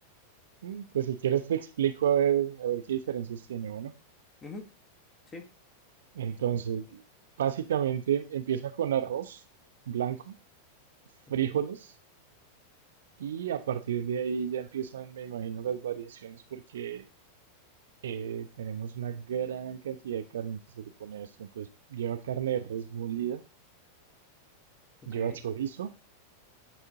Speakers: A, on the right; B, on the left.
A: Mm, Pues si quieres te explico a ver, a ver qué diferencias tiene, bueno.
B: Ujú, Sí.
A: Entonces, básicamente empieza con arroz blanco, frijoles.
B: Ok.
A: Y a partir de ahí ya empiezan, me imagino, las variaciones porque eh, tenemos una gran cantidad de carne que se le pone a esto. Entonces lleva carne de res molida,
B: ok,
A: lleva chorizo,